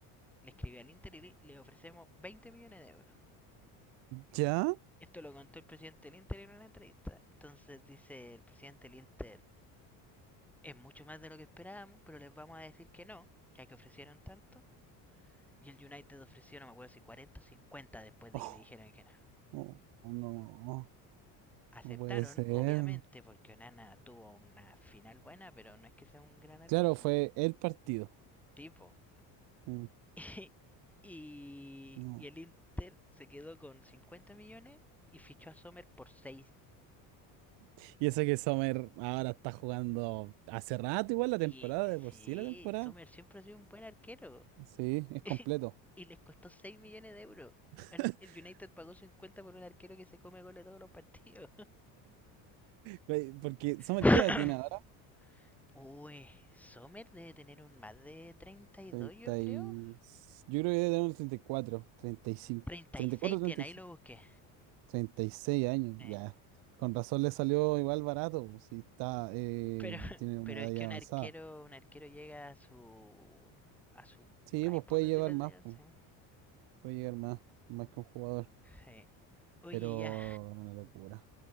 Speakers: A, in the centre; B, on the right (about 75°).
A: le escribí al Inter y le- ofrecemos 20 millones de euros.
B: ¿Ya?
A: Esto lo contó el presidente del Inter en una entrevista. Entonces dice el presidente del Inter, es mucho más de lo que esperábamos, pero les vamos a decir que no, ya que ofrecieron tanto. Y el United ofreció, no me acuerdo si 40 o 50 después de
B: Oh,
A: que le dijeron que no.
B: oh, oh, no,
A: Aceptaron,
B: no puede ser.
A: obviamente, porque Onana tuvo una final buena, pero no es que sea un gran arquero.
B: Claro, fue el partido.
A: Tipo,
B: Mm,
A: <laughs> Y,
B: no.
A: y el Inter se quedó con 50 millones y fichó a Sommer por seis
B: Y eso que Sommer ahora está jugando hace rato igual la
A: Y
B: temporada,
A: eh,
B: de por
A: sí,
B: sí la temporada.
A: Sommer siempre ha sido un buen arquero.
B: Sí, es completo.
A: <laughs> y les costó 6 millones de euros.
B: <laughs>
A: El, el United pagó 50 por un arquero que se come goles todos los partidos.
B: Güey, Porque Sommer,
A: <coughs>
B: ¿qué edad tiene ahora?
A: Uy, Sommer debe tener un más de 32
B: 30
A: yo creo.
B: y... Yo creo que debe tener unos 34, 35,
A: treinta
B: treinta
A: y seis
B: y cinco, treinta y cuatro, treinta
A: tiene, ahí
B: y cinco,
A: lo busqué.
B: treinta y seis años,
A: Eh,
B: ya. Con razón le salió igual barato, si está, eh,
A: Pero, <laughs>
B: tiene una
A: pero
B: edad
A: es que
B: ya
A: un
B: avanzada.
A: arquero, un arquero llega a su, a su
B: Sí,
A: prime,
B: pues
A: por
B: puede
A: decirlo
B: llevar
A: así.
B: más. pues.
A: ¿sí?
B: puede llegar más, más que un jugador,
A: Sí. Oye,
B: pero
A: ya.
B: es una locura.